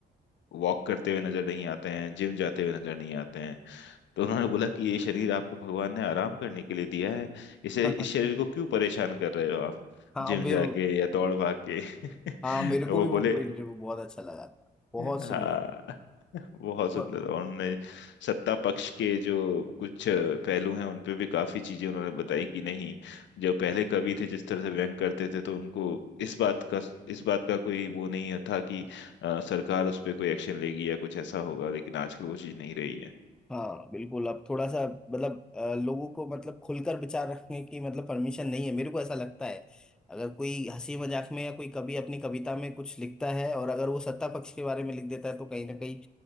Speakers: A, on the left; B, in the centre.
A: वॉक करते हुए नजर नहीं आते हैं जिम जाते हुए नजर नहीं आते हैं तो उन्होंने बोला कि ये शरीर आपको भगवान ने आराम करने के लिए दिया है इसे
B: <laughs>
A: इस शरीर को क्यों परेशान कर रहे हो आप
B: हाँ
A: जिम
B: वे
A: जाके या दौड़ भाग के <laughs>
B: हाँ मेरे को
A: वो
B: भी वो
A: बोले
B: इंटरव्यू बहुत अच्छा लगा था बहुत
A: हाँ
B: सुंदर
A: <laughs> बहुत सुंदर
B: व-
A: और उन्होंने सत्ता पक्ष के जो कुछ पहलू हैं उन पे भी काफी चीजें उन्होंने बताई कि नहीं जो पहले कवि थे जिस तरह से व्यंग करते थे तो उनको इस बात का इस बात का कोई वो नहीं था कि अ, सरकार उस पर कोई एक्शन लेगी या कुछ ऐसा होगा लेकिन आजकल वो चीज नहीं रही है
B: हाँ बिल्कुल अब थोड़ा सा मतलब अ, लोगों को मतलब खुलकर विचार रखने की मतलब परमिशन नहीं है मेरे को ऐसा लगता है अगर कोई हंसी मजाक में या कोई कवि अपनी कविता में कुछ लिखता है और अगर वो सत्ता पक्ष के बारे में लिख देता है तो कहीं ना कहीं